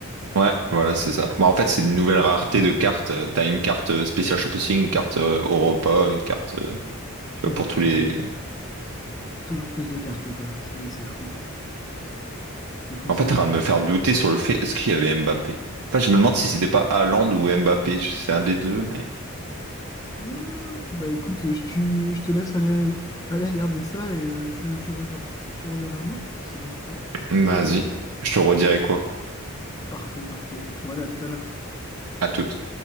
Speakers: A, on the right (about 80°); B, on the left (about 15°).
A: Ouais, voilà, c'est ça. Bah, en fait, c'est
B: Tou-
A: une nouvelle rareté de cartes. Euh, T'as une carte euh, spéciale Champions League, une carte euh, Europa, une carte, euh, tu
B: Toujours
A: vois, pour tous
B: plus
A: les.
B: de Toujours plus de cartes, quoi. C'est c'est fou. C'est fou,
A: En
B: c'est
A: fait, t'es
B: fou.
A: en train de me faire douter sur le fait, est-ce qu'il y avait Mbappé? En fait, je me demande si c'était pas Haaland ou Mbappé. C'est un des deux, mais.
B: Hmm, bah écoute, je, tu- je te laisse aller, aller regarder ça et euh, tu, tu reviens, tu reviens vers moi, si c'est bon pour toi.
A: Vas-y, je te redirai quoi.
B: Parfait, parfait. Voilà, à tout à l'heure.
A: À toute.